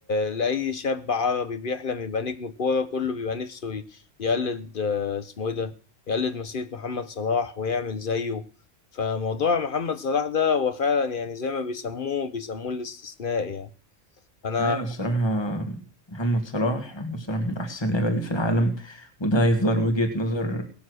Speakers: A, on the left; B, on the left.
A: لأي شاب عربي بيحلم يبقى نجم كورة كله بيبقى نفسه ي- يقلد آه، اسمه إيه ده يقلد مسيرة محمد صلاح ويعمل زيه فموضوع محمد صلاح ده هو فعلا يعني زي ما بيسموه بيسموه الاستثناء يعني أنا
B: ايوه الصراحه محمد صلاح محمد صلاح من احسن اللعيبه اللي في العالم وده هيفضل وجهة نظر